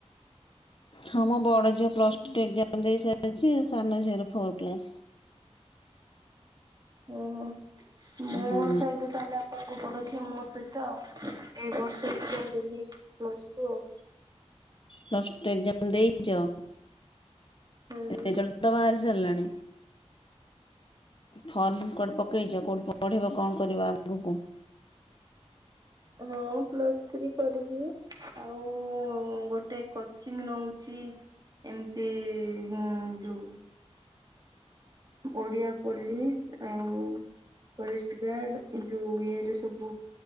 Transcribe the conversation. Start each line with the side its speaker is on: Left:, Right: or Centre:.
Left: ହଁ ମୁଁ ବଡ ଝିଅ ପ୍ଲସ ଟୁ ଏକ୍ସାମ ଦେଇସାରିଛି ଆ ସାନ ଝିଅର ଫୋର କ୍ଲାସ।
Right: ଓ ହୋ ମୁଁ
Left: ହୁଁ
Right: ସହିତ ତାହେଲେ <unintelligible> ଅ ମୋ ସହିତ ଆଉ ଏଇ ବର୍ଷ ଏକ୍ଜାମ୍ ଦେଲି ପ୍ଲସ ଟୁ ଆଉ।
Left: ପ୍ଲସ ଟୁ ଏକ୍ସାମ ଦେଇଛ।
Right: ହୁଁ
Left: ରେଜଲ୍ଟ ତ ବାହାରି ସାରିଲାାଣି। ଫର୍ମ କୋଆଡେ ପକେଇଛ କୋଉଠି ପଢିବ କଣ କରିବ ଆଗକୁ?
Right: ହଁ ପ୍ଲସ୍ ଥ୍ରୀ କରିବି ଆଉ ଗୋଟେ କୋ କିଛି ବି ନଉଛି ଏମିତି ଉଁ ଯୋଉ ଓଡିଆ ପୋଲିସ ଆଉ ଫରେଷ୍ଟ ଗାର୍ଡ ଏ ଯୋଉ ଇଏରେ ସବୁ